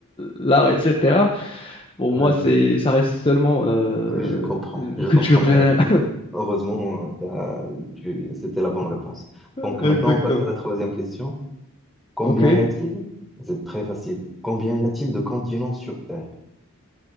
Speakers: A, on the left; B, in the centre.
A: l'art, etc. Pour
B: Ouais,
A: moi, c'est, ça reste seulement euh,
B: oui, je comprends,
A: une
B: je comprends,
A: culture
B: mais
A: générale.
B: heureusement, euh, t'as- tu, c'était la bonne réponse.
A: <laughs>
B: Donc
A: Exactement.
B: maintenant, on passe à la troisième question. Combien
A: Ok,
B: y a-t-il? C'est très facile. Combien y a-t-il de continents sur Terre?